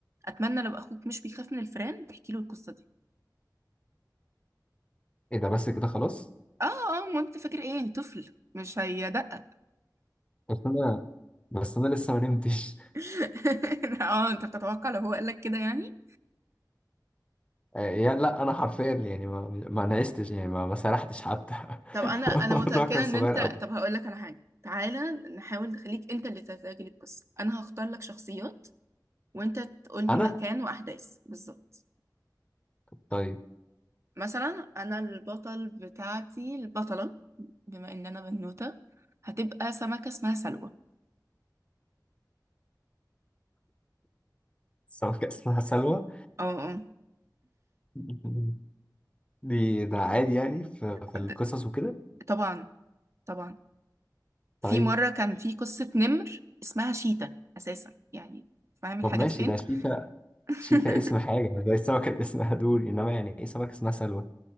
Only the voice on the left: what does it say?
ايه ده بس كده خلاص
بس انا بس انا لسه ما نمتش
<laughs> آه يعني لا انا حرفيا يعني ما ما نعستش يعني ما, ما سرحتش حتى <laughs>
الموضوع
كان صغير
قوي
انا
طيب
<laughs> السمكة اسمها سلوى
<laughs> دي ده عادي يعني في, في
القصص
وكده
طيب
طب ماشي
ده شيتا
شيتا اسم حاجة زي السمكة اللي اسمها دوري انما يعني ايه سمكة اسمها سلوى